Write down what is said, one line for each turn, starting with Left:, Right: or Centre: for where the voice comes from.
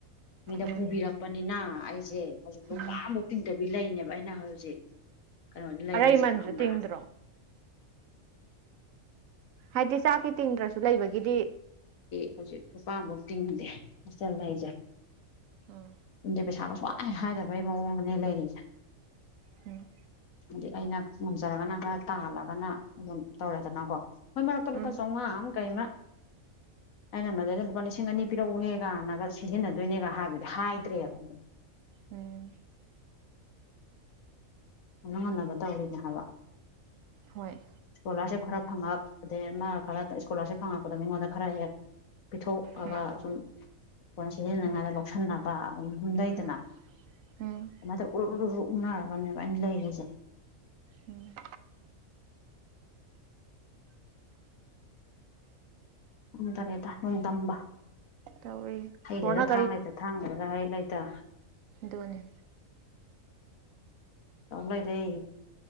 Left: ꯃꯤꯗ
Right: ꯎꯝ
Left: ꯄꯨꯕꯤꯔꯛꯄꯅꯤꯅ ꯑꯩꯁꯦ ꯍꯧꯖꯤꯛ ꯂꯨꯄꯥ
Right: ꯎꯝ
Left: ꯑꯝꯕꯧ ꯇꯤꯡꯗꯕꯤ ꯂꯩꯅꯦꯕ ꯑꯩꯅ ꯍꯧꯖꯤꯛ ꯀꯩꯅꯣꯗ ꯂꯩꯔꯤꯖꯦ
Right: ꯑꯔꯩꯃꯟꯁꯨ
Left: ꯈꯪꯕ꯭ꯔꯥ
Right: ꯇꯤꯡꯗ꯭ꯔꯣ ꯍꯥꯏꯗꯤ ꯆꯥꯛꯀꯤ ꯇꯤꯡꯗ꯭ꯔꯁꯨ ꯂꯩꯕꯒꯤꯗꯤ
Left: ꯍꯧꯖꯤꯛ ꯂꯨꯄꯥꯝꯕꯧ ꯇꯤꯡꯗꯦ ꯍꯣꯁꯇꯦꯜ ꯂꯩꯁꯦ
Right: ꯎꯝ
Left: ꯌꯨꯝꯗꯩ ꯄꯩꯁꯥꯒ ꯁꯨꯍꯥꯏ ꯍꯥꯏꯗꯕꯩ ꯃꯋꯣꯡꯗꯅꯦ ꯂꯩꯔꯤꯁꯦ
Right: ꯎꯝ
Left: ꯗꯤ ꯑꯩꯅ ꯉꯝꯖꯔꯒꯅ ꯈꯔ ꯇꯥꯜꯂꯒꯅ ꯑꯗꯨꯝ ꯇꯧꯔꯦꯗꯅꯀꯣ ꯍꯣꯏ ꯃꯔꯛꯇ ꯂꯨꯄꯥ
Right: ꯎꯝ
Left: ꯆꯧꯉꯥꯃ ꯀꯩꯃ ꯑꯩꯅ ꯃꯗꯩꯗ ꯂꯨꯄꯥ ꯂꯤꯁꯤꯡ ꯑꯅꯤ ꯄꯤꯔꯛꯎꯍꯦꯒꯟꯅꯒ ꯁꯤꯖꯤꯟꯅꯗꯣꯏꯅꯦꯒ ꯍꯥꯏꯕꯗꯤ ꯍꯥꯏꯗ꯭ꯔꯦꯕ ꯑꯗꯨꯝ
Right: ꯎꯝ
Left: ꯉꯝꯅ ꯉꯟꯅꯕ ꯇꯧꯔꯤꯅꯦ ꯍꯥꯏꯕ
Right: ꯍꯣꯏ
Left: ꯏꯁ꯭ꯀꯣꯂꯔꯁꯤꯞ ꯈꯔ ꯐꯪꯉꯛꯄꯗꯩ ꯃꯥ ꯈꯔ ꯁ꯭ꯀꯣꯂꯥꯔꯁꯤꯞ ꯐꯪꯉꯛꯄꯗ ꯃꯤꯉꯣꯟꯗ ꯈꯔ ꯍꯦꯛ ꯄꯤꯊꯣꯛ ꯑꯒ
Right: ꯎꯝ
Left: ꯁꯨꯝ ꯀꯣꯟꯅ ꯁꯤꯖꯤꯟꯅꯤꯉꯥꯏꯅ
Right: ꯎꯝ
Left: ꯂꯧꯁꯟꯅꯕ ꯑꯗꯨꯝ ꯂꯩꯗꯅ
Right: ꯎꯝ ꯎꯝ
Left: ꯑꯗꯨꯃꯥꯢ ꯇꯧꯔ ꯎꯔꯨ ꯎꯔꯨ ꯎꯪꯅꯔꯒꯅꯦꯕ ꯑꯩꯅ ꯂꯩꯥꯔꯤꯖꯦ
Right: ꯎꯝ
Left: ꯎꯝ ꯗꯔꯦꯗ ꯅꯣꯡꯗꯝꯕ
Right: ꯇꯧꯔꯤ
Left: ꯍꯩ
Right: ꯏꯁꯣꯔꯅ
Left: ꯂꯩꯔ ꯊꯥꯡ ꯂꯩꯇ ꯊꯥꯡ ꯂꯩꯔ ꯍꯩ ꯂꯩꯇꯦ ꯇꯥ
Right: ꯗꯨꯅꯤ
Left: ꯇꯧ ꯂꯩꯔꯦ